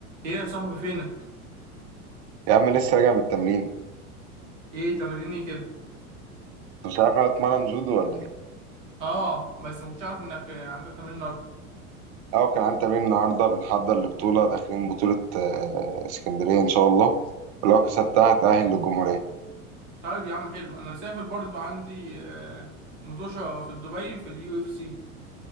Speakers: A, on the right; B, on the right.
A: ايه يا صاحبي فينك
B: يا عم لسه راجع من التمرين انت
A: ايه تمرين ايه كده
B: مش عارف انا اتمرن جودو ولا ايه
A: اه بس مكنتش عارف انك عندك تمرين النهارده
B: اه كان عندي تمرين النهارده بنحضر لبطوله داخلين بطوله آه، اسكندريه ان شاء الله ولو كسبتها هتأهل للجمهوريه
A: طيب يا عم حلو انا مسافر برضو عندي آه، مطوشه في دبي في اليو اف سي